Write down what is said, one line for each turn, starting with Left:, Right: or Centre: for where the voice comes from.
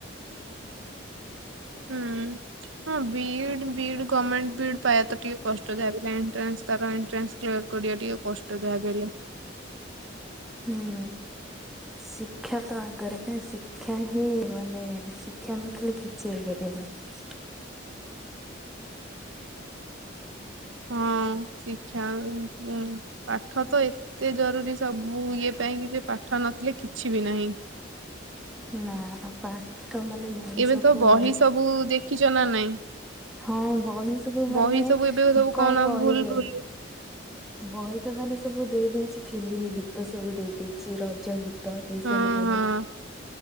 Right: ହୁଁ। ହଁ ବିଡି ବିଡି ଗମେଣ୍ଟ ବିଡି ପାଇବା ତ କଷ୍ଟ ଦାୟକ ହେବ। ତାର ଏଟ୍ରଂଶ ଏଟ୍ରାଂଶ। ଚ କରିବା ଟିକେ କଷ୍ଟ ଦୋହାପ।
Centre: ହୁଁ। ଶିକ୍ଷା ତ ଆଗରେ ନା ଶିକ୍ଷା ହିଁ ମାନେ ଶିକ୍ଷା ନଥିଲେ କିଛି ଠିକଜ <unintelligible>
Right: ହଁ ଶିକ୍ଷାଁ। ପାଠ ତ ଏତେ ଜରୁରୀ ସବୁ ଇଏ ପାଇଁ କି ଯେ ପାଠ ନଥିଲେ କିଛି ବି ନାହିଁ।
Centre: ନା ପାଠ ମାନେ ମଣିଷକୁ
Right: ଏବେ ତ ବହି
Centre: ମାନେ
Right: ସବୁ ଦେଖିଛ ନା ନାଇଁ?
Centre: ହଁ ବହି ସବୁ ମାନେ
Right: ବହି ସବୁ ଏବେ ସବୁ କଣ
Centre: କହିବି
Right: ଭୁଲ
Centre: ଆଉ
Right: ଭୁଲ
Centre: ବହି ତ ମାନେ ସବୁ ଦେଇ ଦେଇେଇଛି ଫିଲ୍ମ ଗୀତ ସବୁ ଦେଇ ଦେଇେଇଛି ରଜ ଗୀତ। ତ ଏଇ
Right: ହଁ
Centre: ସବୁ ମାନେ
Right: ହଁ